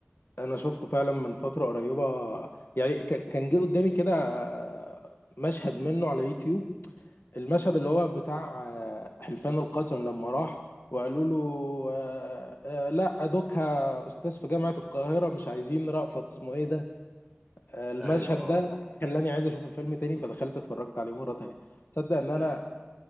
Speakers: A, on the left; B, in the centre.
A: انا شفته فعلا من فتره قريبه يعني ك- كان جه قدامي كده آه، مشهد منه على يوتيوب المشهد اللي هو بتاع آه، حلفان القسم لما راح وقالوا له آه، آه، لا دوكها استاذ في جامعه القاهره مش عايزين رأفت اسمه ايه ده آه، المشهد
B: أيوه أه
A: ده خلاني عايز اشوف الفيلم تاني فدخلت اتفرجت عليه مره تانية تصدق ان انا
B: ده